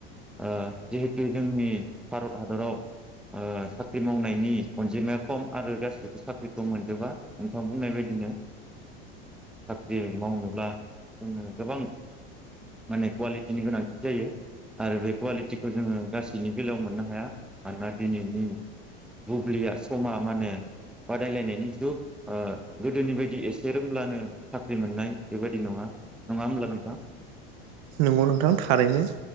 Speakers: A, in the centre; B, on the right.
A: ओ जिहेथु जोंनि भारत हादराव ओ साख्रि मावनायनि अनजिमाया खम आरो गासिबो साख्रिखौ मोनजोबा नोंथां बुंनाय बायदिनो साख्रि मावनोब्ला जोनो गोबां माने कुवालिटिनि गोनांथि जायो आरो बे कुवालिटिखौ जोङो गासैनि बेलायाव मोननो हाया मानोना दिनैनि बुब्लिया समा माने बादायलायनायनि जुग ओ गोदोनि बायदि एसे रोंब्लानो साख्रि मोननाय बेबायदि नङा नङा होमब्ला नोंथां
B: नोंगौ नोंथां थारैनो